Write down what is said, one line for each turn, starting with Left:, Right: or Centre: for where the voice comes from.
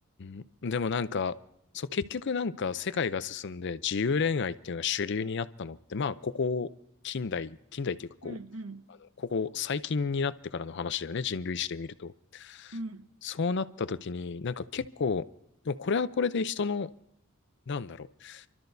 Left: ん。でもなんか、そう、結局なんか世界が進んで自由恋愛っていうのが主流になったのって、まあ、ここ、近代、近代っていうかこう、
Right: うんうん。
Left: あの、ここ最近になってからの話だよね。人類史で見ると。
Right: うん
Left: そうなった時に、なんか結構、でもこれはこれで人の、なんだろう。